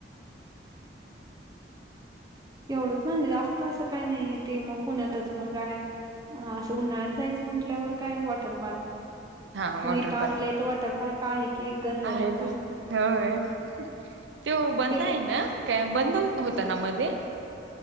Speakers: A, on the right (about 20°); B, on the right (about 80°).
A: एवढंच म्हणजे जास्त असं काही नाही. ते मग पुण्यातच मग काय. हां. असं उन्हाळ्यात जायचं म्हटल्यावर काय वॉटर पार्क.
B: हां. वॉटर
A: मग इथं आपल्या
B: पार्क.
A: इथं वॉटर पार्क आहे की एक गंधर्वचा
B: हां. <unintelligible> त्यो बंद
A: ते
B: आहे ना? काय बंद होता ना मध्ये?